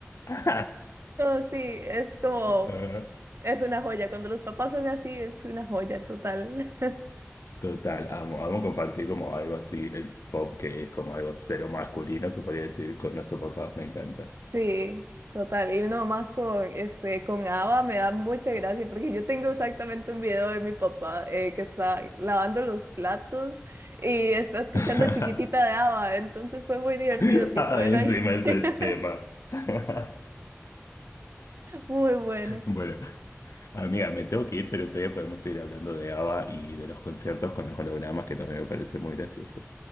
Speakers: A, on the left; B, on the right.
A: <laughs>
B: No, sí, es como,
A: Ah,
B: es una joya. Cuando los papás son así, es una joya total. <laughs>
A: Total, amo, amo compartir como algo así, el pop que es como algo cero masculino, se podría decir, con nuestro papá, me encanta.
B: Sí, total. Y no más con, este, con Ava me da mucha gracia porque yo tengo exactamente un video de mi papá eh, que está lavando los platos y está escuchando
A: <laughs>
B: Chiquitita de Ava. Entonces fue muy divertido,
A: <laughs>
B: tipo,
A: Ay,
B: él ahí.
A: encima ese
B: <laughs>
A: tema. <laughs>
B: Muy bueno.
A: Bueno, amiga, me tengo que ir, pero todavía podemos seguir hablando de ABBA y de los conciertos con los hologramas, que también me parece muy gracioso.